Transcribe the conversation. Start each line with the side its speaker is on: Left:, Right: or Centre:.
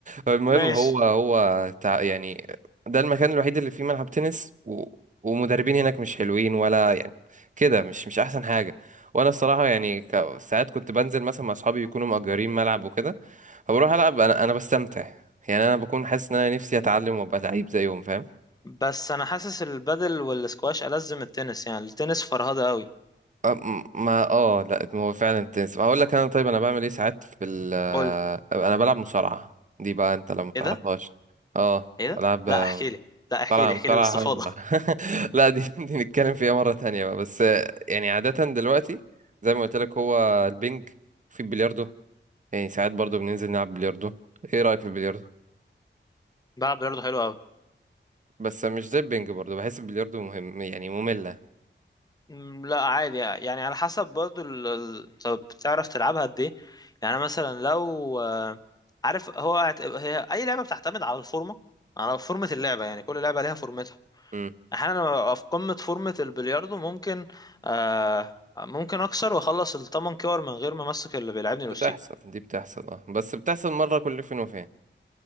Right: المهم
Left: ماشي
Right: هو هو تع... يعني ده المكان الوحيد اللي فيه ملعب تنس و... ومدربين هناك مش حلوين ولا يعني كده مش مش احسن حاجة وانا الصراحة يعني ك... ساعات كنت بنزل مثلا مع اصحابي يكونوا مأجرين ملعب وكده فبروح العب انا انا بستمتع يعني انا بكون حاسس ان انا نفسي اتعلم وابقى لعيب زيهم فاهم
Left: بس انا حاسس البادل والسكواش ألذ من التنس يعني التنس فرهدة قوي
Right: أم- ما اه لا ما هو فعلا التنس هقول لك انا طيب انا بعمل ايه ساعات في ال آه،
Left: قول
Right: انا بلعب مصارعة دي بقى انت لو متعرفهاش
Left: ايه ده
Right: اه
Left: ايه
Right: بلعب
Left: ده
Right: آه،
Left: لا احكي لي لا احكي
Right: مصارعة
Left: لي احكي
Right: مصارعة
Left: لي باستفاضة
Right: حرة <laughs> لا دي دي نتكلم فيها مرة تانية بقى بس آه، يعني عادة دلوقتي زي ما قلت لك هو البنج في البلياردو يعني ساعات برضو بننزل نلعب بلياردو ايه رأيك في البلياردو
Left: <laughs> بلعب برضه حلو قوي
Right: بس مش زي البنج برضو بحس البلياردو مهم يعني مملة
Left: مم، لا عادي يعني على حسب برضو ال... ال- انت بتعرف تلعبها قد ايه يعني مثلا لو آه، عارف هو هت- هي اي لعبه بتعتمد على الفورمه على فورمه اللعبه يعني كل لعبه ليها فورمتها
Right: مم.
Left: احيانا لما ببقى في قمه فورمه البلياردو ممكن آه ممكن اكسر واخلص الثمن كور من غير ما امسك اللي بيلعبني الاوستيك
Right: بتحصل دي بتحصل اه بس بتحصل مرة كل فين وفين